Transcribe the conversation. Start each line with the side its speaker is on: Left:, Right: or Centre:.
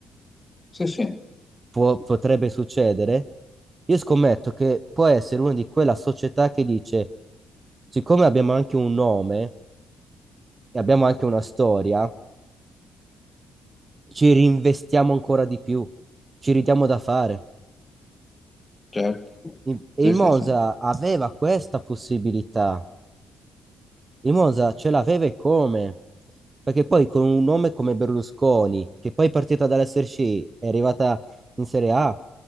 Left: Sì, sì,
Right: può- potrebbe succedere, io scommetto che può essere una di quella società che dice, siccome abbiamo anche un nome, e abbiamo anche una storia, ci rinvestiamo ancora di più, ci ridiamo da fare.
Left: certo.
Right: Il- E
Left: Sì,
Right: il Monza
Left: sì, sì.
Right: aveva questa possibilità. Il Monza ce l'aveva e come? Perché poi con un nome come Berlusconi, che poi è partita dall'SRC, è arrivata in Serie A,